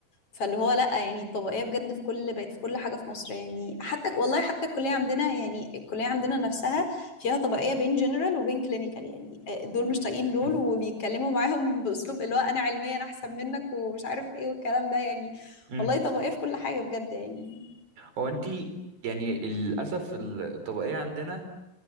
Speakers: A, on the left; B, on the right.
A: فاللي هو لا يعني الطبقيه بجد في كل بقت في كل حاجه في مصر يعني حتى والله حتى الكليه عندنا يعني الكليه عندنا نفسها فيها طبقيه بين جنرال وبين كلينيكال يعني آه، دول مش طايقين
B: <laughs>
A: دول وبيتكلموا معاهم باسلوب اللي هو انا علميا احسن منك ومش عارف ايه والكلام ده يعني
B: امم
A: والله طبقيه في كل حاجه بجد يعني
B: هو انت يعني للاسف الطبقيه عندنا